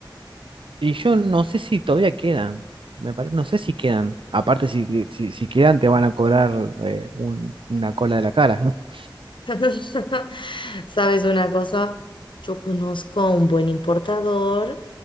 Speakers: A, on the right; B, on the left.
A: Y yo no sé si todavía quedan. Me pare- no sé si quedan. Aparte, si, si, si quedan, te van a cobrar eh, un- una cola de la cara. <laughs>
B: <laughs> ¿Sabes una cosa? Yo conozco a un buen importador